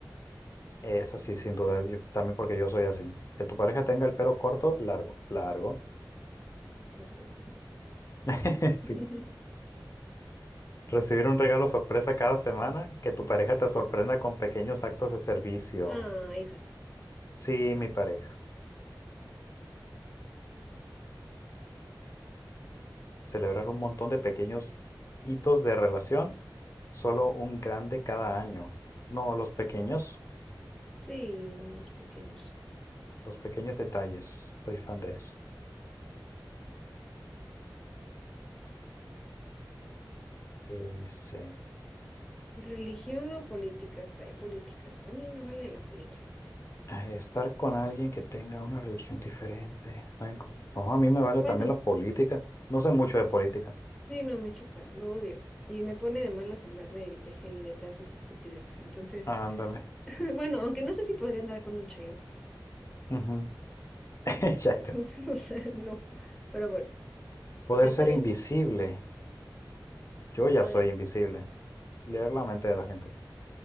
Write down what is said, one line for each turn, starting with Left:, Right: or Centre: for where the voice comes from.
Left: es así sin duda, yo- también porque yo soy así. Que tu pareja tenga el pelo corto, largo, largo.
Centre: corto.
Left: <laughs> Sí.
Centre: <laughs>
Left: Recibir un regalo sorpresa cada semana, que tu pareja te sorprenda con pequeños actos de servicio.
Centre: Ah, esa,
Left: Sí, mi pareja. Celebrar un montón de pequeños hitos de relación, solo un grande cada año. No, los pequeños.
Centre: sí, los pequeños.
Left: Los pequeños detalles, soy fan de eso. Que dice,
Centre: Religión o políticas, hay políticas, a mí me vale la política.
Left: ah, estar con alguien que tenga una religión diferente. Ay, co- no, a mí me vale
Centre: Bueno,
Left: también la política. No sé mucho de política.
Centre: sí, no, me choca, lo odio. Y me pone de malas hablar del PG y de todas sus estupideces. Entonces,
Left: Ándale.
Centre: <laughs> bueno, aunque no sé si podría andar con un chairo.
Left: Ujú. <laughs> Chairo.
Centre: <laughs> O sea, no. Pero bueno, poder
Left: Poder ser
Centre: ser... in-
Left: invisible. Yo ya
Centre: Ay,
Left: soy invisible. Leer la mente de la gente.